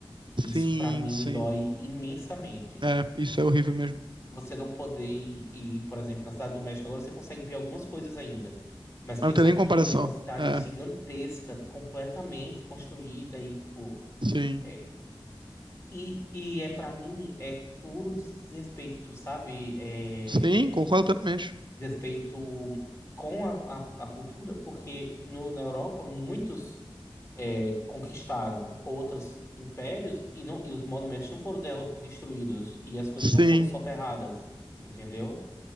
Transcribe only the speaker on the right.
Sim,
sim.
É, isso é horrível mesmo.
Mas
não tem nem
comparação.
É,
sim.
Sim, concordo plenamente.
Sim,